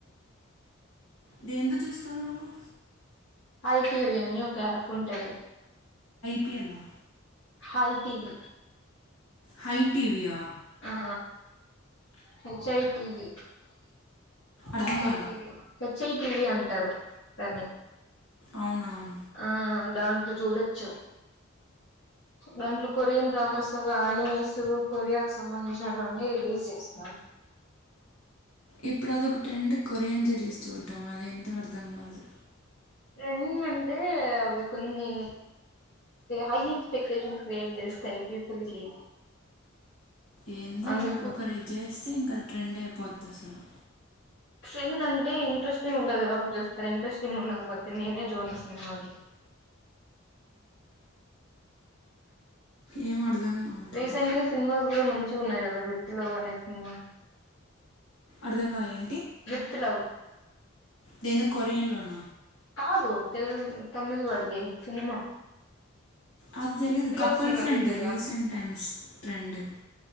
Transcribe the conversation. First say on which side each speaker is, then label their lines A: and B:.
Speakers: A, on the left; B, on the left.
A: దేన్లో చూస్తావ్ నువ్వు
B: ఐటివీ అని ఒక యాప్ ఉంటుంది
A: యాల
B: హాయి టీవీ
A: హై టీవీయా
B: హ హచ్ ఐ టివి హెచ్ఐటి
A: అర్థం కాల
B: చ్చై టీవి అంటారు దన్ని
A: అవునవును
B: ఆ దాంట్లో చూడొచ్చు దాంట్లో కొరియన్ డ్రామాస్ అనిమేస్ కొరియాకు సంబంధించినటువన్న రిలీజ్ చేసినారు
A: ఇప్పుడు అదొక ట్రెండ్ కొరియన్ సిరీస్ చూడ్టం అదేంటో అర్థం కాదు
B: ట్రాండ్ అంటే అవి కొన్ని హై ఎక్స్పెక్టేషన్ క్రియేట్ చేస్తాయి పీపుల్ కి
A: ఏందో
B: అందుకు
A: ఒకరేద్ చేస్తే ఇంకది ట్రెండ్ అయిపోద్ది అసలు
B: ట్రెండ్ అంటే ఇంట్రెస్ట్ంగ్ ఉండదు కాబట్టి సలు ఇంట్రెస్టింగ్ ఉండకపోతే నేనే చూడ్ను సినిమాలు
A: ఏం అర్థం కావట్లే
B: రీసెంట్ గ సినిమాస్ కూడ మ చూ ఉన్నయ్ కదా విత్ లవ్ అనే సినిమా
A: అర్థం కాలే ఏ
B: విత్ లవ్
A: దేందో కొరియన్లోన
B: కాదు తెల్గ్ తమిళ్ వాడిది, సినిమా
A: అది తెలీదు
B: విత్ లవ్
A: కపుల్
B: సినిమా
A: ఫ్రెండ్
B: చూలేద?
A: Recent times trend